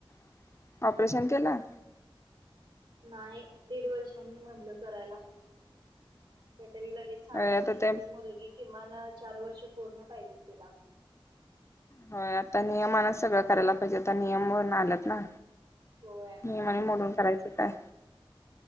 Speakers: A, on the left (about 30°); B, on the right (about 70°).
A: <inaudible> ऑपरेशन केलं?
B: नाही दीड वर्षांनी म्हणलं करायला- <inaudible> ते काय तरी लगेच चालत
A: होय आता
B: नाही म्हणजे
A: ते
B: मुलगी किमान चार वर्ष पूर्ण पाहिजेतं तिला
A: होय आता नियमानच सगळं करायला पाहिजेत आता नियमून आल्यात ना.
B: होय
A: नाही म्हणून करायचं काय.